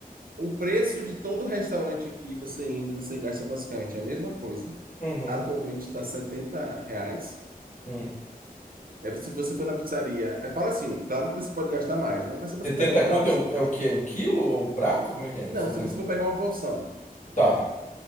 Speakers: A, on the right (about 70°); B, on the left (about 55°).
A: o preço de todo restaurante aqui, você indo, você gasta basicamente a mesma coisa.
B: uhum,
A: Atualmente está 70 reais.
B: hum.
A: É, se você for na pizzaria, é, fala assim, claro que você pode gastar mais, né? Mas se você
B: 70
A: pegar um prato
B: conto é,
A: simples,
B: o- é o quê? Um quilo ou um prato? Como é que é?
A: não,
B: 70.
A: se você for pegar uma porção, né?
B: Tá.